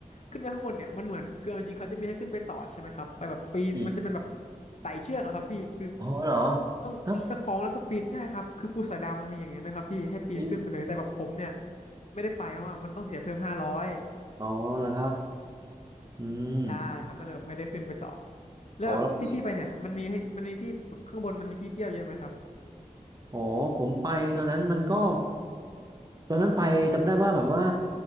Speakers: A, on the left; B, on the right.
A: ขึ้นไปข้างบนเนี่ยมันเหมือนคือเอาจริงๆเขาจะมีให้ขึ้นไปต่อใช่ไหมครับไปแบบปีนมันจะเป็นแบบ
B: อืม
A: ไต่เชือกอะครับพี่คือ
B: โอ๋อเหรอ
A: ต้องเชือกคล้องแล้วก็ปีนใช่ครับคือภูสอยดาวมันมีอย่างเงี้ยนะครับพี่ให้ปีนขึ้นไปเลยแต่แบบผมเนี่ย
B: ครับอ
A: ไม่ได้ไปเพราะว่ามันต้องเสียเพิ่มห้าร้อย
B: อ๋อเหรอครับอืม
A: ใช่ครับก็เลยแบบไม่ได้ขึ้นไปต่อแล้วแบบที่พี่ไปเนี่ยมันมีให้มันมีที่แบบข้างบนมันมีที่เที่ยวเยอะไหมครับ
B: โอแล้วพี่ อ๋อผมไปตอนนั้นมันก็ตอนนั้นไปจำได้ว่าแบบว่า